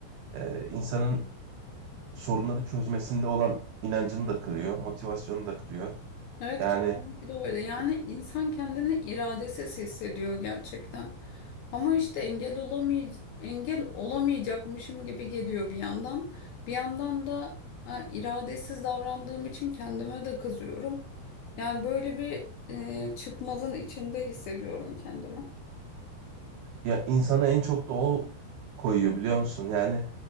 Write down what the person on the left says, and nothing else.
Evet
kesinlikle öyle. Yani
insan kendini iradesiz hissediyor gerçekten. Ama işte engel olamay engel olamayacakmışım gibi geliyor bir yandan. Bir yandan da ha, iradesiz davrandığım için kendime de kızıyorum. Yani böyle bir e, çıkmazın içinde hissediyorum kendimi.